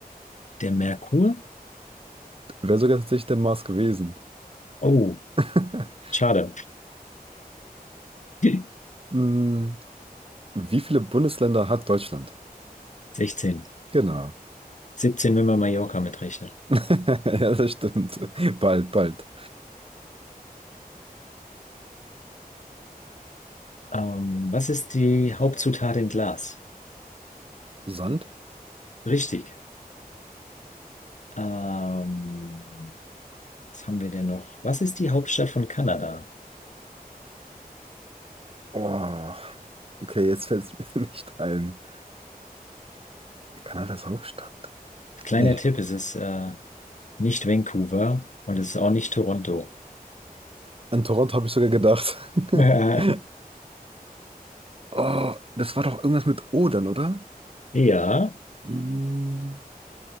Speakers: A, on the left (about 50°); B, on the right (about 35°).
A: der Merkur?
B: Wäre sogar tatsächlich der Mars gewesen.
A: Oh,
B: <laughs>
A: schade. <laughs>
B: Hm, wie viele Bundesländer hat Deutschland?
A: 16.
B: Genau.
A: 17, wenn man Mallorca mitrechnet.
B: <laughs> Ja, das stimmt. Bald, bald.
A: Ähm, was ist die Hauptzutat in Glas?
B: Sand?
A: Richtig. Ähm, Was haben wir denn noch? Was ist die Hauptstadt von Kanada?
B: Oh, okay, jetzt fällt es mir <laughs> nicht ein. Kanadas Hauptstadt?
A: Kleiner
B: Nee.
A: Tipp, es ist äh, nicht Vancouver und es ist auch nicht Toronto.
B: An Toronto habe ich sogar gedacht. <laughs>
A: <laughs>
B: Oh, das war doch irgendwas mit O dann, oder?
A: Ja,
B: Hm,